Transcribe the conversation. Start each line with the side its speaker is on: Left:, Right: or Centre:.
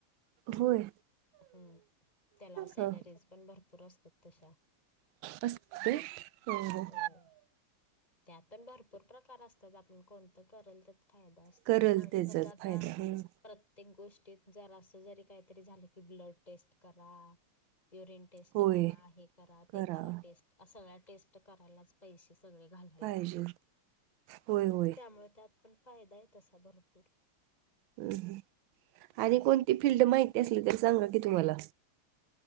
Right: होय.
Left: हम्म त्याला सॅलरीज
Right: ह ह
Left: पण भरपूर असतात तशा.
Right: अस <unintelligible> हो हो.
Left: होय त्यात पण भरपूर प्रकार असतात आपण कोणत करेल तर फायदा असतो.
Right: करल
Left: य आणि
Right: त्याचाच
Left: कसं आता
Right: फायदा
Left: प्र
Right: हम्म.
Left: प्रत्येक गोष्टीत जर असं जरी काहीतरी झालं की ब्लड टेस्ट करा. युरिन टेस्ट
Right: होय
Left: करा हे करा ते
Right: करावा
Left: करा टेस्ट अस सगळ्या टेस्ट करायला च पैसे सगळे घालायला
Right: पाहिजे
Left: लागतात. ते
Right: होय होय
Left: आप त्यामुळे त्यात पण फायदाय आहे तसा भरपूर.
Right: हम हम आणि कोणती फिल्ड माहिती असली तर सांगा की तुम्हाला?